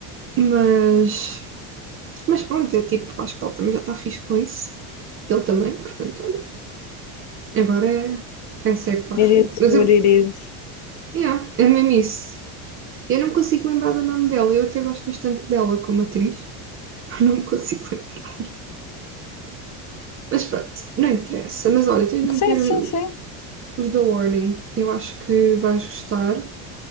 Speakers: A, on the right; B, on the left.
A: Mas, mas pronto, é tipo, acho que ele também já está fixe com isso. Ele também, portanto, olha, agora é, é segue para a
B: It
A: frente.
B: is
A: Mas
B: what
A: eu,
B: it is.
A: yeah, é mesmo isso. Eu não me consigo lembrar do nome dela, eu até gosto bastante dela como atriz. <laughs> Eu Não me consigo lembrar. Mas pronto, não interessa. Mas olha, tens mesmo
B: Sim,
A: que ver
B: sim,
A: o-
B: sim.
A: os da Warning. Eu acho que vais gostar.